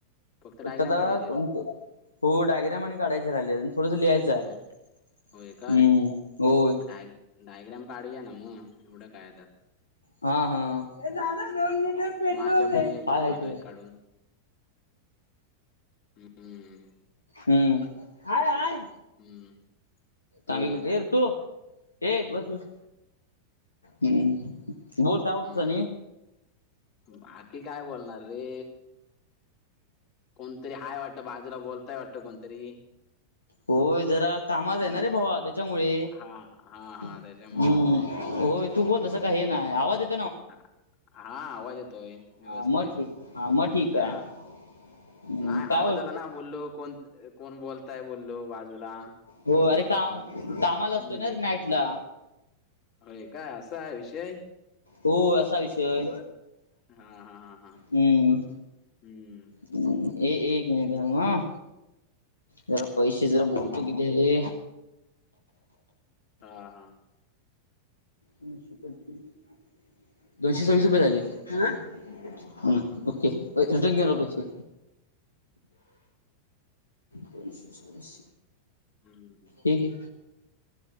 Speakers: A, on the left; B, on the left.
A: फक्त
B: एक
A: डायग्राम
B: कोणत
A: काढायचे आहेत
B: हो डायग्र्याम आणि काढायचे राहिले थोडंस लियचं आहे
A: हं, होय काय
B: हम्म होय
A: मग डाय डायग्राम काढूया ना मग एवढं काय त्या
B: हा हा दादा दोन लिटर पेट्रोल
A: माझ्या
B: दे
A: बघूया
B: ह
A: किती होत
B: त
A: आहेत काढून हम्म
B: हम्मयय
A: हम्म तेच
B: र तो ए बस बस हम् बोल काय हो
A: हम्म
B: तसानी
A: बाकी काय बोलणार रे कोणतरी हय वाटतं बाजूला बोलताय वाटतं कोणतरी
B: होय जरा कामाात
A: हम्म
B: आहे ना रे भावा त्याच्यामुळे
A: हा हा हा
B: हम्म
A: त्याच्यामुळे वाटतय
B: होय तू बोल
A: हम्म
B: तसं काही हे नाही आवाज येत
A: हा आवाज येतोय
B: हा
A: व्यवस्थित
B: मग ठीक हा मग ठीक
A: हा
B: आहे. हम्म
A: नाही
B: काय
A: आवाज
B: बोलतो
A: आला ना बोललू कोण कोण बोलताय बोललू बाजूला
B: हो
A: असं
B: अरे
A: बोललो
B: काम कामाला असतोय
A: हम्म
B: ना ररे नाईट ला
A: होय काय असा आहे विषय
B: हो असा विषय
A: हा हा हा हा
B: हम्म
A: हम्म
B: एक एक मनिट झा ह जरा पैसे जरा
A: हम्म
B: बोलतो किती झाले
A: हा हा
B: दोनशे पंचवीस दोनशे सव्वीस रुपये झाले हा
A: हम्म
B: ओके रिटर्न के्याला पहिक्षा परश स
A: हम् ह ह.
B: हे घे